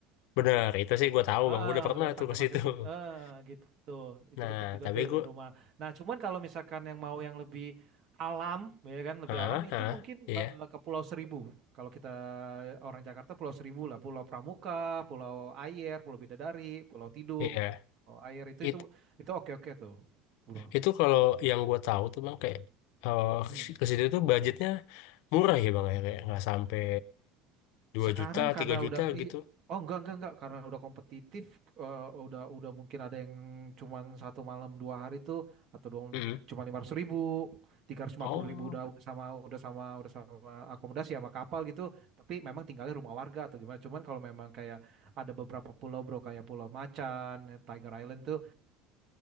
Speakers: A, on the left; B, on the right.
A: benar. Itu sih gue tahu
B: Ah
A: Bang, gue udah pernah
B: udah
A: tuh
B: Pantai
A: ke
B: Pasir
A: situ. <laughs>
B: Putih. Eh, gitu. Itu
A: Nah,
B: deket juga
A: tapi
B: tuh
A: gue,
B: dari rumah. Nah, cuman kalau misalkan yang mau yang lebih alam, ya kan, lebih
A: ah,
B: alam itu
A: ah,
B: mungkin
A: iya,
B: eh, eh, ke Pulau Seribu. Kalau kita orang Jakarta Pulau Seribu lah, Pulau Pramuka, Pulau Ayer, Pulau Bidadari, Pulau Tidung,
A: iya.
B: Pulau Ayer itu
A: It,
B: itu itu oke oke tuh, bro.
A: itu kalau yang gue tahu tuh Bang kayak eh,
B: Hmm.
A: ke situ tuh budgetnya murah ya Bang, ya, kayak nggak sampai 2
B: Sekarang
A: juta,
B: karena
A: 3 juta
B: udah iya,
A: gitu.
B: oh enggak enggak enggak karena udah kompetitif eh, udah udah mungkin ada yang cuman satu malam dua hari tuh atau dua malam
A: Mm.
B: tuh cuma lima ratus ribu tiga ratus
A: Oh.
B: lima puluh ribu udah udah sama udah sama udah sama akomodasi sama kapal gitu tapi memang tinggalnya rumah warga atau gimana cuman kalau memang kayak ada beberapa pulau bro kayak Pulau Macan Tiger Island itu